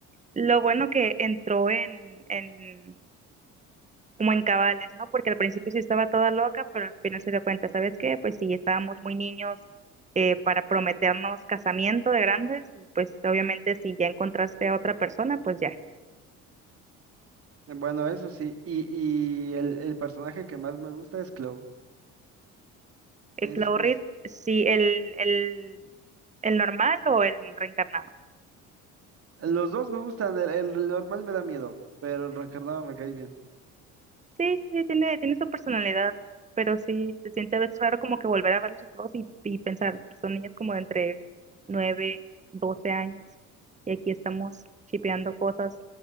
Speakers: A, on the right (about 25°); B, on the right (about 50°).
A: lo bueno que entró en, en como en cabales, ¿no? Porque al principio sí estaba toda loca, pero al final se dio cuenta, ¿sabes qué? Pues sí, estábamos muy niños eh, para prometernos casamiento de grandes y pues obviamente si ya encontraste a otra persona, pues ya.
B: Bueno, eso sí, y, y el, el personaje que más me gusta es Chloe.
A: El
B: Es,
A: Claw
B: es,
A: Reed sí, el, el, el normal o el reencarnado.
B: los dos me gustan, el, el normal me da miedo, pero el reencarnado me cae bien.
A: Sí, sí, tiene, tiene su personalidad, pero sí, se siente a veces raro como que volver a verlos a todos y, y pensar, son niños como de entre 9 12 años y aquí estamos chipeando cosas,